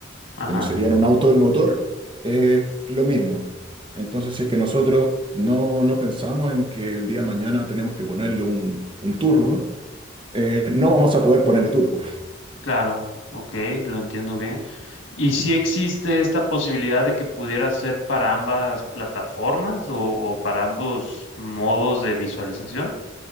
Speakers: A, on the left (about 85°); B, on the right (about 25°).
A: Ajá,
B: como sería en un auto del motor, es lo mismo. Entonces, si es que nosotros no, no pensamos en que el día de mañana tenemos que ponerle un, un turbo, eh, no vamos a poder ponerle turbo.
A: claro, ok, lo entiendo bien. ¿Y si existe esta posibilidad de que pudiera ser para ambas plataformas o, o para ambos modos de visualización?